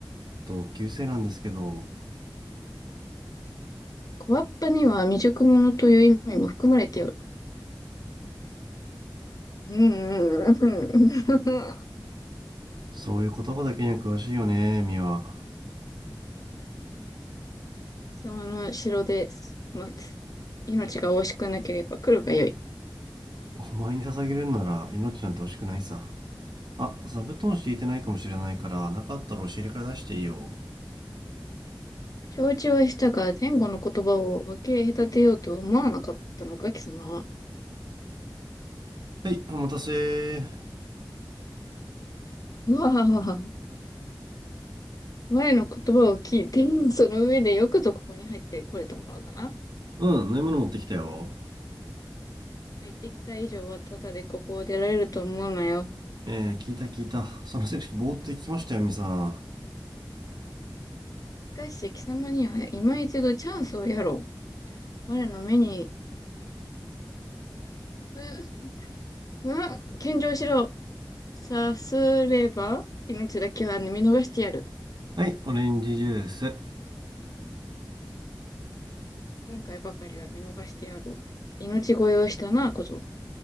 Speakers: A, on the right; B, on the left.
A: 同級生なんですけど、
B: 小わっぱには未熟者という意味も含まれておる。うんうんうんうん。貴
A: そういう言葉だけには詳しいよね、ミワ。
B: 様の城で待つ。命が惜しくなければ来るがよい。
A: お前に捧げるんなら命なんて惜しくないさ。あ、座布団敷いてないかもしれないから、なかったら押し入れから出していいよ。
B: 承知はしたが、前後の言葉を分け隔てようとは思わなかったのか、貴様は。
A: はい、お待たせ。
B: うわあ、我の言葉を聞いて、その上でよくぞここに入ってこれたものだな。
A: うん、飲み物持ってきたよ。
B: 入ってきた以上は、ただでここを出られると思うなよ。
A: えー、聞いた聞いた。そのセリフ、ぼーって聞きましたよ、みさん。
B: しかし、貴様には今一度チャンスをやろう。我の目に、う、うん、献上しろ。さすれば、命だけは見逃してやる。
A: はい、オレンジジュース。
B: 今回ばかりは見逃してやろう。命乞いをしたな、小僧。